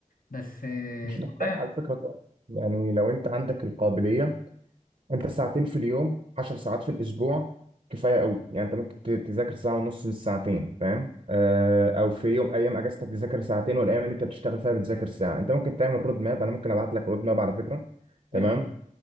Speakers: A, on the left; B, on the right.
A: بس آه،
B: مش محتاج
A: والله يعني
B: على فكره كويس يعني لو انت عندك القابليه انت ساعتين في اليوم 10 ساعات في الاسبوع كفايه قوي يعني انت ممكن ت- تذاكر ساعه ونص من الساعتين فاهم آه، او في يوم ايام اجازتك تذاكر ساعتين والايام اللي انت بتشتغل فيها بتذاكر ساعه انت ممكن تعمل رود ماب انا ممكن ابعت لك رود ماب على فكره تمام
A: جميل.